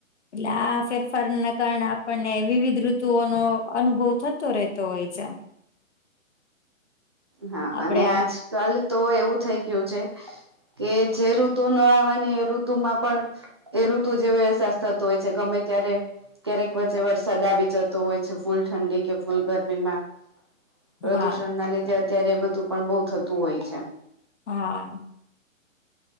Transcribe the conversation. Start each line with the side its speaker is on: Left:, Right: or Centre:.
Left: એટલે આ ફેરફાર ના કારણે આપણને વિવિધ ઋતુઓનો અનુભવ થતો રહેતો હોય છે,
Right: હા,
Left: આપડે
Right: અને આજ કાલ તો એવું થઈ ગયું છે, કે જે ઋતુ ના આવવાની એ ઋતુ માં પણ એ ઋતુ જેવો અહેસાસ થતો હોય છે, ગમે ત્યારે ક્યારેક વચ્ચે વરસાદ આવી જતો હોય છે, ફૂલ ઠંડી કે ફૂલ ગરમી માં પ્રદુષણ
Left: હા
Right: ના લીધે અત્યારે એ બધું પણ બહુ થતું હોય છે,
Left: હા,